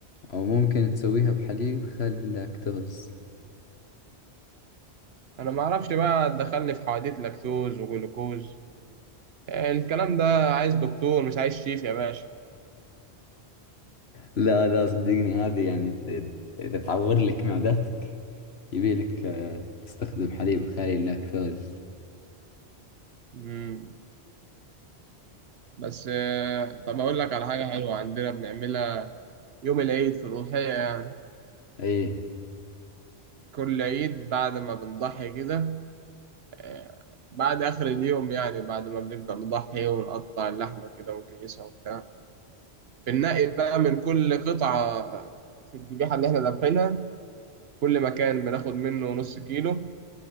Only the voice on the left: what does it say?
أو ممكن تسويها بحليب خلاكتوز
لا لا صدقني هذه يعني ت- إذا تعور لك معدتك يبيلك آه، تستخدم حليب خالي اللاكتوز
أي